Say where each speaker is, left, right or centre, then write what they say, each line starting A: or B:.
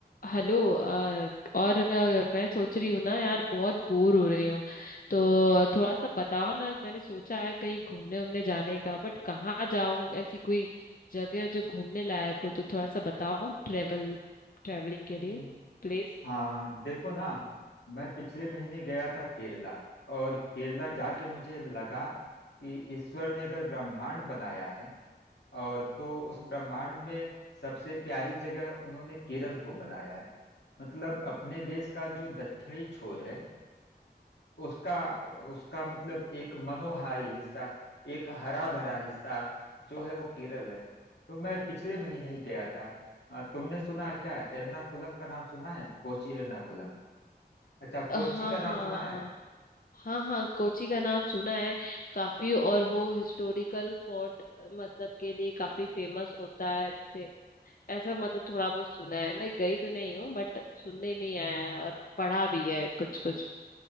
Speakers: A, on the left; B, on the left.
A: Hello अ, और अ, मैं सोच रही हूँ ना यार बहुत बोर हो रही हूँ तो थोड़ा सा बताओ ना मैंने सोचा है कहीं घूमने उमने जाने का बट कहाँ जाऊँ ऐसी कोई जगह जो घूमने लायक हो तो थोड़ा सा बताओ ट्रेवल ट्रेवलिंग के
B: हम्म।
A: लिए प्लेस
B: हाँ देखो ना मैं पिछले महीने गया था केरला और केरला जाके मुझे लगा कि ईश्वर ने अगर ब्रह्मांड बनाया है और तो उस ब्रह्मांड में सबसे प्यारी जगह उन्होंने केरल को बनाया है मतलब अपने देश का जो दक्षिणी छोर है उसका उसका मतलब एक मनोहारी हिस्सा एक हरा भरा हिस्सा जो है वो केरल है तो मैं पिछले महीने ही गया था आ, तुमने सुना है क्या एर्नाकुलम का नाम सुना है कोची एर्नाकुलम अच्छा
A: हाँ
B: कोच्चि का नाम
A: हाँ
B: सुना है
A: हाँ हाँ कोची का नाम सुना है काफी और वो हिस्टोरिकल पोर्ट मतलब के लिए काफी फेमस होता है जैसे ऐसा मतलब थोड़ा बहुत सुना है मैं गई तो नहीं हूँ बट सुनने में ही आया है और पढ़ा भी है कुछ कुछ